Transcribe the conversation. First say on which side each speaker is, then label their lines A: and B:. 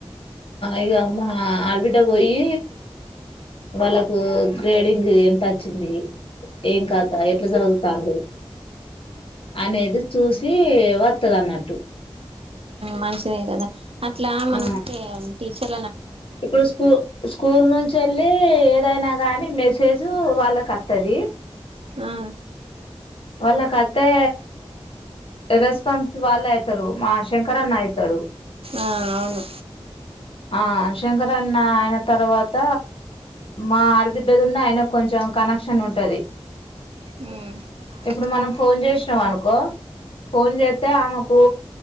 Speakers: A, on the left (about 60°); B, on the right (about 65°).
A: ఇక అమ్మ ఆడబిడ్డ పోయి వాళ్ళకు గ్రేడింగ్ ఎంత వచ్చింది ఏం కాద ఎట్లా జదువుతుర్రు అనేది చూసి వస్తది అన్నట్టు
B: మంచిదే కదా అట్లా మనం
A: ఆ
B: టీచర్
A: ఇప్పుడు స్కూ స్కూల్ నుంచి మళ్ళి ఏదైనా గాని మెసేజ్ వాళ్ళకి వస్తది
B: ఆ
A: వాళ్ళక అత్తే రెస్పాన్స్ వాళ్ళు అవుతారు మా శంకర్ అన్న అవుతాడు
B: ఆ అవును
A: ఆ శంకరన్న అయిన తర్వాత మా ఆడబిడ్డదిన్న అయిన కొంచెం కనెక్షన్ ఉంటుది
B: ఆ
A: ఇప్పుడు మనం ఫోన్ చేసినాం అనుకో ఫోన్ చేస్తే ఆమెకు